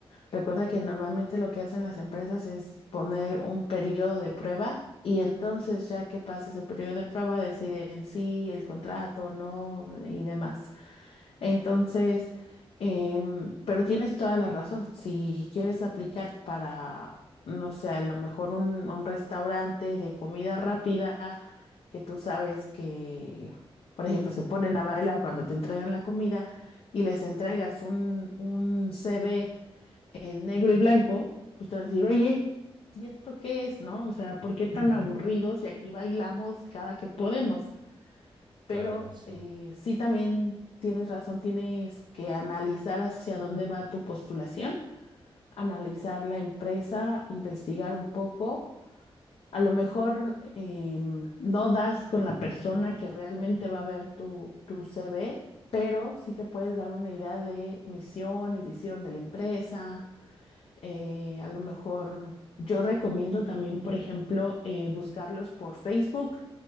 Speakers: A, on the left; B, on the right.
A: recuerda que normalmente lo que hacen las empresas es poner un periodo de prueba y entonces ya que pasa ese periodo de prueba deciden si el contrato, o no y demás. Entonces, em, pero tienes toda la razón. Si quieres aplicar para, no sé, a lo mejor un, un restaurante de comida rápida que tú sabes que, por ejemplo, se ponen a bailar cuando te entregan la comida y les entregas un, un CV en negro y blanco, pues te van a decir, oye, ¿y esto qué es, no? O sea, ¿por qué tan
B: <laughs>
A: aburridos si aquí bailamos cada que podemos?
B: Claro,
A: Pero
B: sí.
A: eh, sí también tienes razón, tienes que analizar hacia dónde va tu postulación, analizar la empresa, investigar un poco. A lo mejor em, no das con la persona que realmente va a ver tu, tu CV, pero sí te puedes dar una idea de misión y visión de la empresa, eh, a lo mejor yo recomiendo también, por ejemplo, eh, buscarlos por Facebook,